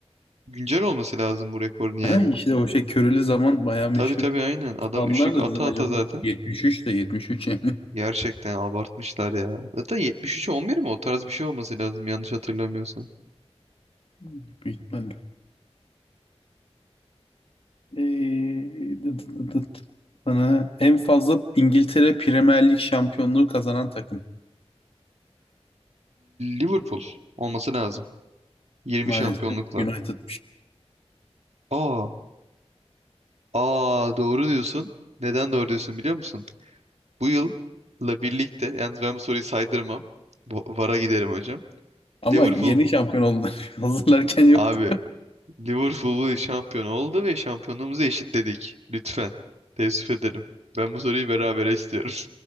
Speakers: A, on the right; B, on the left.
A: güncel olması lazım bu rekorun yani.
B: Ha, işte o şey körülü zaman bayağı meşhur
A: Tabii tabii aynen. Adam
B: aldılar
A: üçlük
B: da
A: ata
B: dedim acaba
A: ata zaten.
B: 73 de 73 yani.
A: Gerçekten abartmışlar ya. Zaten 73'e 11 mi? O tarz bir şey olması lazım yanlış hatırlamıyorsam.
B: <laughs> Büyük ihtimalle. Ee, dıt dıt dıt. Bana en fazla İngiltere Premier Lig şampiyonluğu kazanan takım.
A: Liverpool olması lazım. 20
B: Maalesef
A: şampiyonlukla.
B: United.
A: Aa, aa doğru diyorsun. Neden doğru diyorsun biliyor musun? Bu yılla birlikte yalnız ben bu soruyu saydırmam. Bu- VAR'a giderim hocam.
B: Ama
A: Liverpool
B: yeni şampiyon oldular. <laughs> Hazırlarken yoktu.
A: abi Liverpool şampiyon oldu ve şampiyonluğumuzu eşitledik. Lütfen. Teessüf ederim. Ben bu soruyu berabere istiyorum.